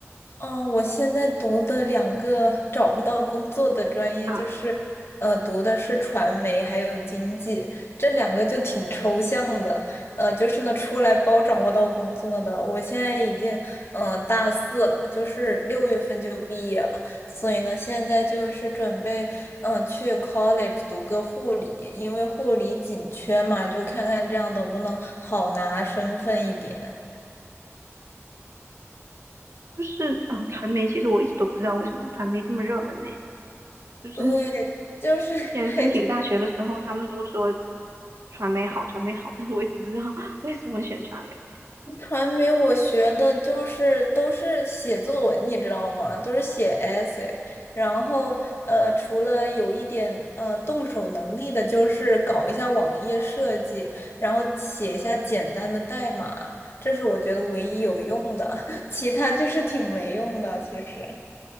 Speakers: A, on the left (about 55°); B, on the right (about 70°).
A: 嗯，我现在读的两个找不到工作的专业，
B: 啊？
A: 就是，
B: 啊，
A: 呃，读的是传媒还有经济，这两个就挺抽象的。呃，就是呢，出来包找不到工作的。我现在已经，嗯、大四了，就是六月份就毕业了，所以呢，现在就是准备，嗯、去 college 读个护理，因为护理紧缺嘛，就看看这样能不能好拿身份一点。
B: 就是啊，传媒其实我一直都不知道为什么传媒这么热门呢，就是。
A: 对，就是 <laughs>
B: 之前申请大学的时候，
A: 还挺
B: 他们都说传媒好，传媒好，但是我一直不知道 <laughs> 为什么选传媒。
A: 传媒我学的就是都是写作文，你知道吗？都是写 essay。然后呃，除了有一点呃动手能力的，就是搞一下网页设计，然后写一下简单的代码，这是我觉得唯一有用的，<laughs> 其他就是挺没用的，其实。